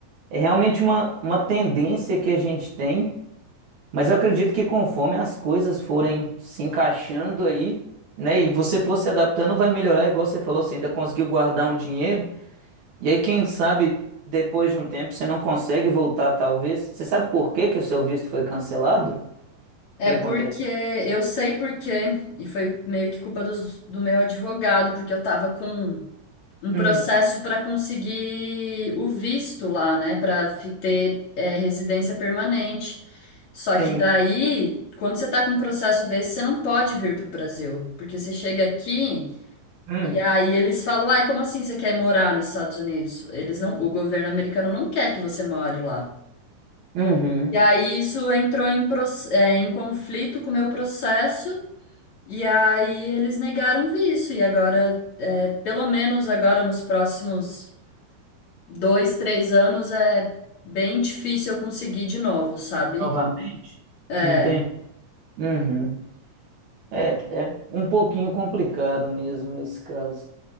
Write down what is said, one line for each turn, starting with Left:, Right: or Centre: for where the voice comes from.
Right: É realmente uma, uma tendência que a gente tem, mas eu acredito que conforme as coisas forem se encaixando aí, né, e você for se adaptando, vai melhorar, igual você falou, você ainda conseguiu guardar um dinheiro, e aí quem sabe depois de um tempo você não consegue voltar, talvez. Você sabe por que que o seu visto foi cancelado? O
Left: é
Right: que que
Left: porque
Right: aconteceu?
Left: eu sei porque, e foi meio que culpa dos- do, meu advogado, porque eu tava com um
Right: Hum,
Left: processo para conseguir o visto lá, né, para ter é, residência permanente. Só que
Right: sim.
Left: daí, quando você tá com um processo desse, você não pode vir pro Brasil, porque você chega aqui.
Right: Hum,
Left: E aí eles falam, ai, como assim você quer morar nos Estados Unidos? Eles não, o governo americano não quer que você more lá.
Right: uhum.
Left: E aí isso entrou em, proce- eh, em conflito com o meu processo, e aí eles negaram o visto. E agora, eh, pelo menos agora nos próximos dois, três anos, é bem difícil eu conseguir de novo, sabe?
Right: Novamente?
Left: É.
Right: Entendi. Uhum. É, é um pouquinho complicado mesmo nesse caso.